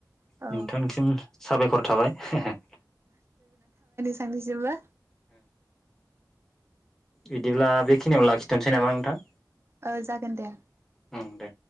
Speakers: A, on the right; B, in the centre.
A: औ
B: नोंथांसिम साबायखर थाबाय।
A: थांनिसिमबो
B: बिदिब्ला बे खिनियाव लाखिथनोसै नामा नोंथां?
A: ओ जागोन दे।
B: उम दे